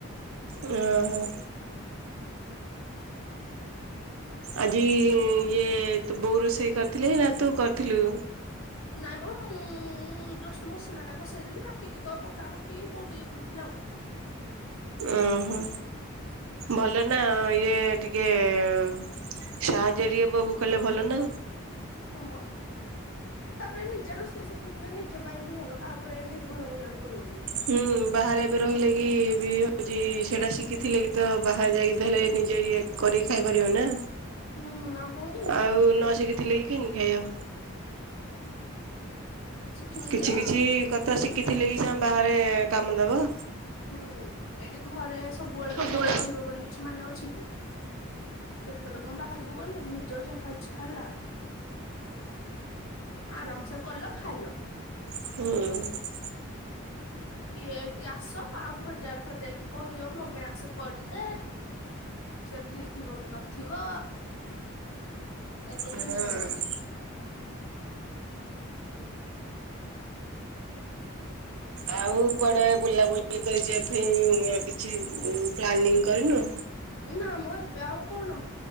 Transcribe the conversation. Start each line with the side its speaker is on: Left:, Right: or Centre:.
Right: ଓହୋ ଆଜି ଇଏ ତ ବୋଉ ରୋଷେଇ କରିଥିଲି ନା ତୁ କରିଥିଲୁ
Left: ନାଇଁ ମ ମୁଁ ଜଷ୍ଟ ମସଲା ଟା କଷେଇଦେଲି ବାକି ଦିକ ପକା ପକି ବୋଉ ଟିକେ କରୁଥିଲା ଆଉ।
Right: ଓହୋ ଭଲ ନା ଇଏ ଟିକେ ସାହାଯ୍ୟ ଟିକେ ବୋଉ କୁ କଲେ ଭଲ ନା।
Left: ହମ। ତାପରେ ନିଜେ ରୋଷେଇ ଶିଖେଇଥିଲେ ନିଜ ମାଇଣ୍ଡ ବି ଭଲ କାହା ଉପରେ ନିର୍ଭର କରିବାକୁ ପଡିବନି।
Right: ହୁଁ ଅ, ବାହାରେ ଏବେ ରହିଲେ କି ବି ହଉଛି, ସେଟା ଶିଖିଥିଲେ କି ତ ବାହାରେ ଯାଇକି ତ ହେଲେ ନିଜେ ଇଏ କରିକି ଖାଇପାରିବ ନା
Left: ହୁଁ ଆଉ କଣ କି
Right: ଆଉ ନ ଶିଖିଥିଲେ କି କିମିତି ଖାଇବ
Left: ଶିଖିନଥିବ
Right: କିଛି କିଛି କଥା ଶିଖିଥିଲେ କି ସିନା ବାହାରେ କାମ ଦବ।
Left: ହୁଁ ଏଠି ଘରେ ସବୁବେଳେ ବାବା
Right: ହୁଁ।
Left: ମା ରହିବ ବୋଲି କିଛି ମାନେ ଅଛି କି କେତେବେଳ କଣ ବାହାରକୁ ଗଲେ ନିଜର ଯାହା ଇଚ୍ଛା ହେଲା ଆରାମସେ କଲ ଖାଇଲ।
Right: ହୁଁ
Left: କିଏ ଏଇଠି ଆସ କାହାକୁ ହଜାରେ ଥର ଯାଇକି କହିବ ମୋ ପାଇଁ ଆସ କରିଦେ। ସେ ଫ୍ରି ଥିବ କି ନଥିବ ଏତେ
Right: ହଁ।
Left: ଟେନସନ ନାଇ
Right: ଆଉ
Left: ହୁଁ
Right: କୁଆଡେ ବୁଲାବୁଲି କରିିବା ପାଇଁ କିଛି ପ୍ଲାନିଂ କରିନୁ?
Left: ନା ମଁ ଏବେ ଆଉ କଣ